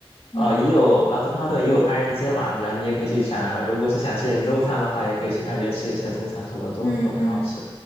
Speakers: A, on the left (about 45°); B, on the left (about 80°).
A: 嗯嗯
B: 呃，也有啊，德曼哈顿也有唐人街嘛，你知道，你也可以去想，
A: 嗯
B: 如果是想吃点中餐的话，也可以去那边吃一些中餐什么的，都都很好吃。
A: 嗯嗯。